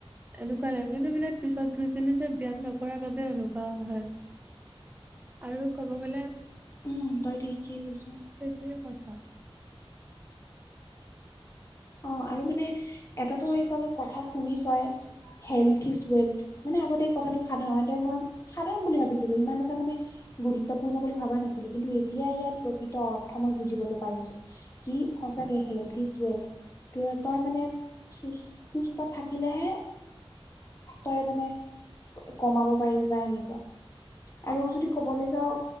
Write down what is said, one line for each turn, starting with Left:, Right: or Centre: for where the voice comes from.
Right: এনেকুৱা লাগে কিন্তু মানে পিছত বুজিলো যে ব্যায়াম নকৰাৰ বাবে এনেকুৱা হয়। আৰু ক'ব গলে, -
Left: উম' তই ঠিকেই কৈছ।
Right: সেইটোৱে সচা।
Left: অঁ আৰু মানে এটাটো চাগে কথা শুনিছয়। হেল কিছুৱেলট, মানে আগতে এই কথাটো সাধাৰণতে মই সাধাৰণ বুলি ভাবিছিলো ইমান এটা মানে- গুৰুত্বপূৰ্ণ বুলি ভবা নাছিলো। কিন্তু, এতিয়া ইয়াৰ প্ৰকৃত অৰ্থ মই বুজিবলৈ পাৰিছো। কি সঁচাকে হেল্থ ইজ ৱেল। তোৱে তই মানে চুচ সুস্থ থাকিলেহে। তই মানে কমাব পাৰিবি বা এনেকুৱা। আৰু যদি ক'বলে যাওঁ-